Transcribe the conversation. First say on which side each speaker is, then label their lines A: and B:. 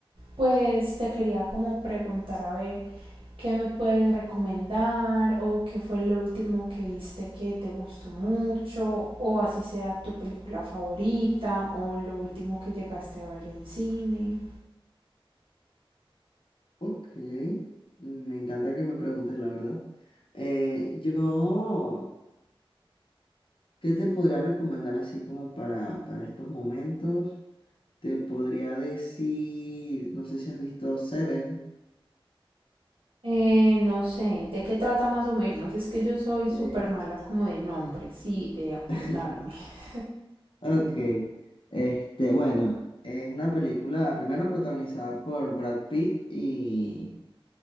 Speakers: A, on the right (about 75°); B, on the left (about 65°).
A: Pues te quería como preguntar a ver qué me puedes recomendar o qué fue lo último que viste que te gustó mucho o así sea tu película favorita o lo último que llegaste a ver en cine.
B: Ok, me encanta que me preguntes, la verdad. Eh, yo, ¿qué te podría recomendar así como para, para estos momentos? Te podría decir, no sé si has visto Seven.
A: Eh, no sé, ¿de qué trata más o menos? Es que yo soy
B: eh,
A: súper mala como de nombres y de acordarme.
B: <laughs>
A: <laughs>
B: ok, este, bueno, es una película primero protagonizada por Brad Pitt y,